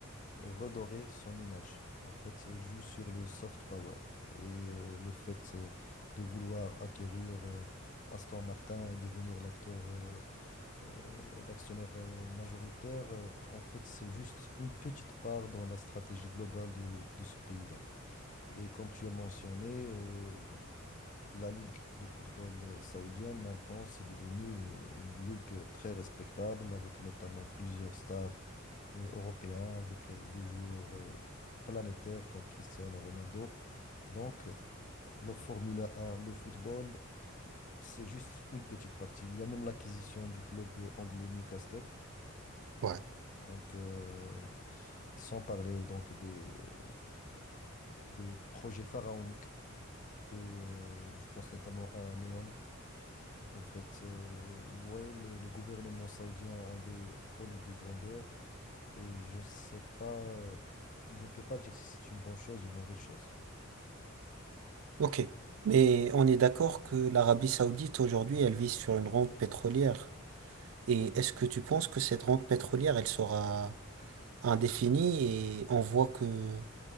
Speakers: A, on the left; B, on the right.
A: redorer son image. En fait, elle joue sur le soft power et euh, le fait euh, de vouloir acquérir euh, Aston Martin et devenir l'acteur, euh, euh, l'actionnaire euh, majoritaire, euh, en fait, c'est juste une petite part dans la stratégie globale de, de ce pays-là. Et comme tu as mentionné, euh, la ligue de football euh, saoudienne, maintenant, c'est devenu euh, une ligue euh, très respectable, avec notamment plusieurs stars euh, européens, avec euh, des joueurs euh, planétaires comme Cristiano Ronaldo. Donc, euh, la Formule 1, le football, c'est juste une petite partie. Il y a même l'acquisition du club euh, anglais Newcastle.
B: Ouais.
A: Donc, euh, sans parler donc des, euh, des projets pharaoniques que euh, je pense notamment à Neom En fait, euh, ouais, le, le gouvernement saoudien a des folies de grandeur et je ne sais pas, je ne peux pas dire si c'est une bonne chose ou mauvaise chose.
B: Ok. Mais on est d'accord que l'Arabie Saoudite aujourd'hui, elle vise sur une rente pétrolière. Et est-ce que tu penses que cette rente pétrolière, elle sera indéfinie et on voit que